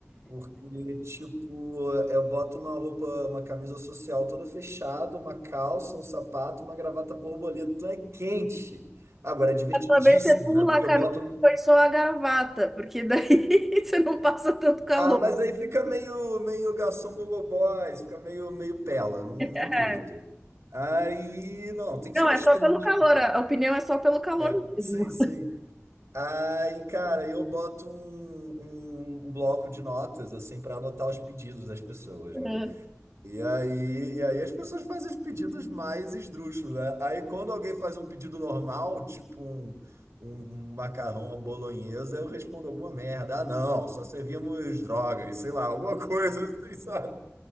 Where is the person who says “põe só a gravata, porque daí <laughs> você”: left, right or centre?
Centre